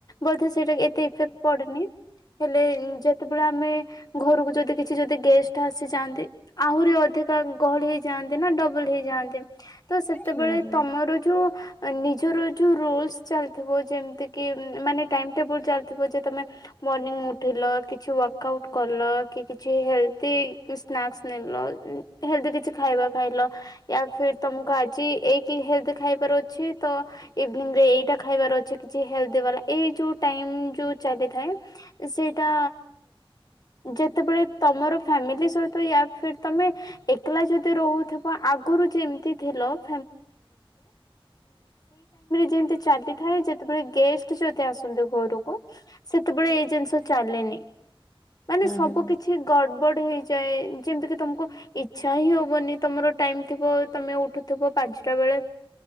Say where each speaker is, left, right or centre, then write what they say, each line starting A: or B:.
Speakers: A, on the left (about 45°); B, on the left (about 20°).
A: ବୋଧେ ସେଇଟା ଏତେଇଫେକ୍ଟ ପଡନି ହେଲେ ଯେତେ ଆମେ ଘରକୁ ଯଦି କିଛି ଯଦି ଗେଷ୍ଟ ଆସିଯାଆନ୍ତି ଆହୁରି ଅଧିକା ଗହଳି ହେଇଯାଆନ୍ତି ନା ଡବଲ ହେଇଯାଆନ୍ତି ତ ସେ ସେତେବେଳେ
B: ହୁଁ ହୁଁ
A: ତମର ଜଉ ନିଜର ଜଉ ରୋଲସ ଚାଲୁଥିବ ଯେମିତିକି ମାନେ ଟାଇମ ଟେବୁଲ ଚାଲିଥିବ ଯେ ତମେ ମର୍ଣ୍ଣି ଉଠେଇିଲ କିଛି ୱାର୍କ ଆଉଟ୍ କଲ କି କିଛି ହେଲ୍ଦି ସ୍ନାକ୍ସ ନେଲ ହେଲଦି କିଛି ଖାଇବା ଖାଇଲ ୟା ଫିର ତମକୁ ଆଜି ହେଲ୍ଦି ଖାଇବାର ଅଛି ତ ଇଭିନିଂରେ ଏଇଟା ଖାଇବାର ଅଛି କିଛି ହେଲ୍ଦି ବାଲା ଏଇ ଯେଉଁ ଟାଇମ୍ ଯେଉଁ ଚାଲିଥାଏ ସେଇଟା ଯେତେବେଳେ ତମର ଫ୍ୟାମିଲି ସହିତ ୟା ଫିର୍ ତମେ ଏକଲା ଯଦି ରହୁଥିବ ଆଗରୁ ଯେମିତି ଥିଲ ାମବ ଯେମତି ଚାଲିଥାଏ ଯେତେବେଳେ ଗେଷ୍ଟ ଯଦି ଆସନ୍ତି ଘରକୁ ସେତେବେଳେ ଏଇ ଜିନିଷ ଚାଲେନି। ମାନେ ସବୁ
B: ହୁଁ
A: କିଛି ଗଡବଡ ହେଇ ଯଏ ଯେମିତିକି ତମକୁ ଇଚ୍ଛା ହିଁ ହବନି ତମର ଟାଇମ ଥିବ ତମେ ଉଠୁ ଥିବ ପାଞ୍ଚଟା ବେଳେ